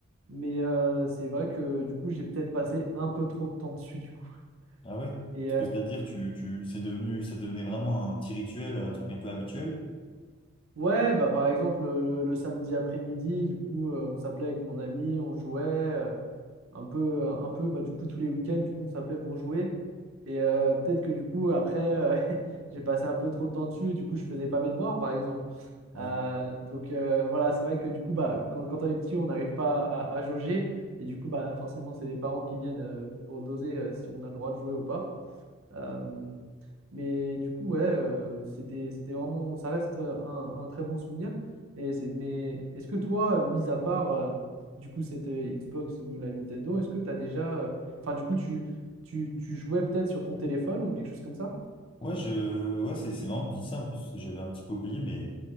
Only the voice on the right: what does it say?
mais euh, c'est vrai que du coup, j'ai peut-être passé un peu trop de temps dessus, du coup.
Et,
euh,
Ouais, bah par exemple le, le- le samedi après-midi, du coup euh, on s'appelait avec mon ami, on jouait euh, un peu, un peu, bah du coup tous les week-ends, du coup on s'appelait pour jouer. Et euh, peut-être que du coup après euh, <laughs> j'ai passé un peu trop de temps dessus, et du coup je faisais pas mes devoirs par exemple.
Euh, donc euh, voilà, c'est vrai que du coup bah quand, quand on est petit on n'arrive pas à, à jauger et du coup bah forcément c'est les parents qui viennent euh, pour doser euh, si on a le droit de jouer ou pas. Euh, mais du coup, ouais, euh, c'était, c'était vraiment, ça reste euh, un, un très bon souvenir. Et c'est- mais est-ce que toi, euh, mis à part euh, du coup cette euh, Xbox ou la Nintendo, est-ce que tu as déjà, euh, enfin du coup, tu, tu, tu jouais peut-être sur ton téléphone ou quelque chose comme ça?